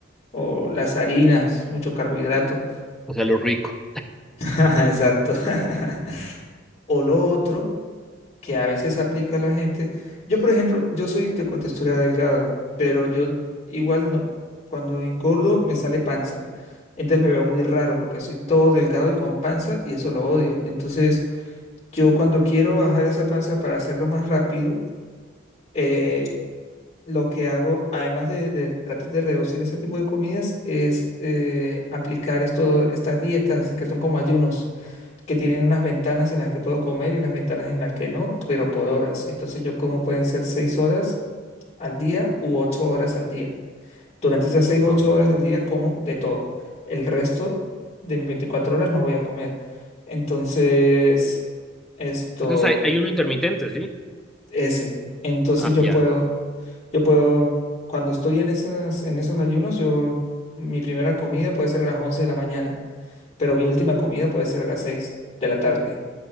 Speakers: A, on the left; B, in the centre.
A: o las harinas, mucho carbohidrato.
B: O sea, lo rico.
A: <laughs> Exacto. <laughs> O lo otro. que a veces aplica la gente. Yo, por ejemplo, yo soy de contextura delgada, pero yo igual no. Cuando engordo me sale panza. Entonces me veo muy raro porque soy todo delgado y con panza y eso lo odio. Entonces yo cuando quiero bajar esa panza para hacerlo más rápido, eh, lo que hago, además de, de tratar de reducir ese tipo de comidas, es eh, aplicar esto, estas dietas que son como ayunos que tienen unas ventanas en las que puedo comer y unas ventanas en las que no, pero por horas. Entonces yo como pueden ser seis horas al día u ocho horas al día. Durante esas seis, o
B: Ok.
A: ocho horas del día como de todo. El resto de mis 24 horas no voy a comer. Entonces, esto,
B: Entonces hay, hay uno intermitente, ¿sí?
A: ese. Entonces
B: Ah,
A: yo
B: ya.
A: puedo, yo puedo, cuando estoy en esas, en esos ayunos, yo, mi primera comida puede ser a las 11 de la mañana, pero mi última comida puede ser a las 6 de la tarde